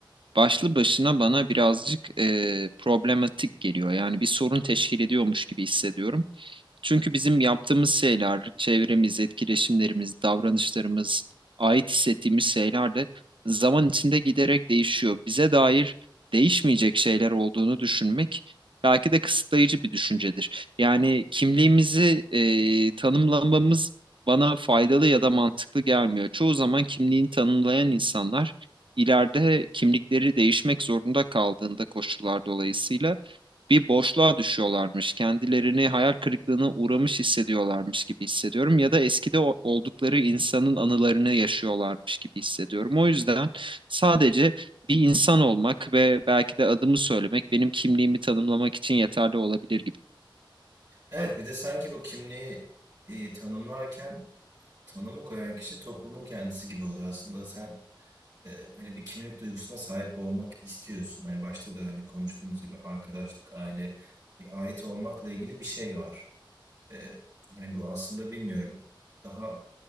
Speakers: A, on the right; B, on the right.
A: başlı başına bana birazcık e, problematik geliyor. Yani bir sorun teşkil ediyormuş gibi hissediyorum. Çünkü bizim yaptığımız şeyler, çevremiz, etkileşimlerimiz, davranışlarımız, ait hissettiğimiz şeyler de zaman içinde giderek değişiyor. Bize dair değişmeyecek şeyler olduğunu düşünmek belki de kısıtlayıcı bir düşüncedir. Yani kimliğimizi e, tanımlamamız bana faydalı ya da mantıklı gelmiyor. Çoğu zaman kimliğini tanımlayan insanlar ileride kimlikleri değişmek zorunda kaldığında koşullar dolayısıyla bir boşluğa düşüyorlarmış. Kendilerini hayal kırıklığına uğramış hissediyorlarmış gibi hissediyorum ya da eskide o- oldukları insanın anılarını yaşıyorlarmış gibi hissediyorum. O yüzden sadece bir insan olmak ve belki de adımı söylemek benim kimliğimi tanımlamak için yeterli olabilir gibi.
B: evet bir de sanki bu kimliği e, tanımlarken tanımı koyan kişi toplumun kendisi gibi oluyor aslında. Sen e, hani bir kimlik duygusuna sahip olmak istiyorsun. Hani başta da hani konuştuğumuz gibi arkadaşlık, aile, bir ait olmakla ilgili bir şey var. E, hani bu aslında bilmiyorum. Daha